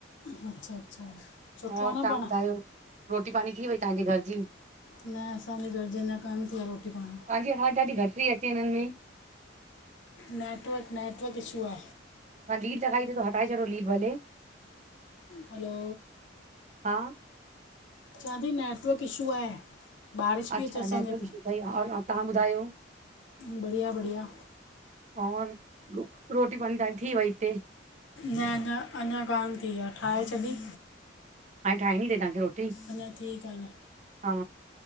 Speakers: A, on the left (about 70°); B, on the right (about 35°).
A: अच्छा- अच्छा, सुठो
B: और
A: आ न
B: तव्हां
A: पाण।
B: ॿुधायो? रोटी पाणी थी वेई तव्हांजे घर जी?
A: न असांजे घर जी अंञां कान थी आ रोटी पाणी।
B: तहांजीआवाज़ डाढी घट थी अचे हिनन में।
A: नेटवर्क- नेटवर्क इशू आ।
B: ह लीड त खाई थ त हटाए छॾो लीड भले।
A: हलो
B: हा
A: चंआती नेटवर्क इशू आहे। बारिश
B: अच्छा
A: पई अचे असांजे
B: नेटवर्क
A: हिते,
B: इशू अथई और और तव्हां ॿुधायो?
A: बढ़िया- बढ़िया।
B: और रोटी पाणी तांजी थी वई इते?
A: न- न, अंञा कान थी आ, ठाहे छॾी।
B: हाण ठाइणी थव तव्हखे रोटी?
A: अंञा ठीकु आहे न।
B: हा,